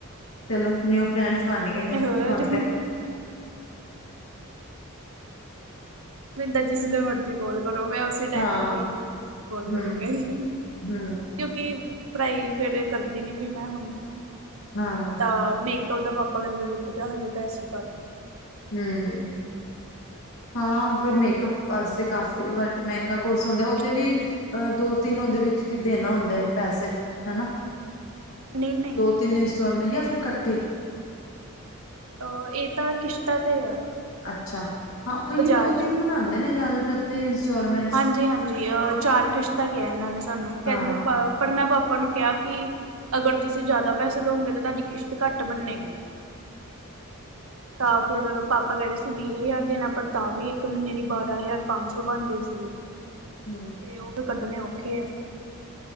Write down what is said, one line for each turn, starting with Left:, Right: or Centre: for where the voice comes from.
Left: ਚਲੋ, ਨਿਊ ਫਰੈਂਡਸ ਬਣਗੇ
Right: ਹੋਰ
Left: ਹੁਣ ਤੇ ਫੋਨ ਤੇ,
Right: ਮੈਨੂੰ ਤੇ ਜਿਸਲੇ ਮਰਜ਼ੀ ਕਾਲ ਕਰੋ ਮੈਂ, ਟਾਈਮ
Left: ਹਾਂ,
Right: ਵੀ ਫ੍ਰੀ ਹੁੰ ਜਿਸ ਫੋਨ ਕਰੂੰਗੇ
Left: ਹੂੰ,
Right: ਕਿਉਕਿ
Left: ਹੂੰ,
Right: ਪੜ੍ਹਾਈ ਫੇਰ ਕਰਦੀ ਨੀ ਵੀ ਮੈ ਹੁਣ
Left: ਹਾਂ
Right: ਤਾਂ ਮੇਕਅਪ ਦਾ ਪਾਪਾ ਕਹਿਦੇ ਰੁਕ ਜਾ ਹਜੇ ਪੈਸੇ ਕਰਕੇ ਥੋੜ੍ਹਾ
Left: ਹੂੰ, ਹਾਂ ਪਰ ਮੇਕਅਪ ਵਾਸਤੇ ਕਾਫੀ ਮਹਿਗਾ
Right: ਹੂੰ
Left: ਕੋਰਸ ਹੁੰਦਾ ਉਹਦੇ ਵੀ ਅਹ ਦੋ ਤਿਨ ਉਹਦੇ ਵਿਚ ਦੇਣਾ ਹੁੰਦੇ ਨੇ, ਪੈਸੇ ਫਿਰ ਹਨਾ
Right: ਨਹੀ-ਨਹੀ,
Left: ਤਿਨ ਇਨ ਸਰੈ ਜਾਂ ਫਿਰ ਇਕਠੇ ਹੀ,
Right: ਅ ਇਹ ਤਾਂ ਕਿਸ਼ਤਾ ਤੇ ਆ।
Left: ਅਛਾ ਹਾਂ ਉਹੀ
Right: ਬਜਾਜ
Left: ਦੋ ਤਿਨ ਮਨਾਉਦੇ ਨੇ ਜ਼ਿਆਦਾਤਰ ਤੇ ਇੰਸਟੋਲਮੈਂਟ
Right: ਹਾਂਜੀ-ਹਾਂਜੀ ਅਹ ਚਾਰ ਕਿਸ਼ਤਾ ਕਿਹਾ ਇਹਨਾ ਨੇ ਸਾਨੂੰ ਕਹਿਦੇ
Left: ਹਾਂ
Right: ਪਰ ਮੈਂ ਪਾਪਾ ਨੂੰ ਕਿਹਾ ਕਿ ਅਗਰ ਤੁਸੀ ਜ਼ਿਆਦਾ ਪੈਸੇ ਦਓਗੇ, ਤਾਂ ਤੁਹਾਡੀ ਕਿਸ਼ਤ ਘੱਟ ਬਨੇਗੀ
Left: <inaudible>
Right: ਤਾਂ ਫੇਰ ਪਾਪਾ ਕਹਿ ਰਹੇ ਸੀ, ਵੀਹ ਹਜ਼ਾਰ ਦੇਣਾ ਪਰ ਤਾਂ ਵੀ ਇਕ ਮਹੀਨੇ ਦੀ ਬਾਰਾਂ ਹਜ਼ਾਰ ਪੰਜ ਸੌ ਬਣ ਰਹੀ ਸੀ। ਅਤੇ <unintelligible>
Left: <unintelligible>
Right: ਤੇ ਉਹ ਫੇਰ ਕੱਢਣੇ ਔਖੇ ਆ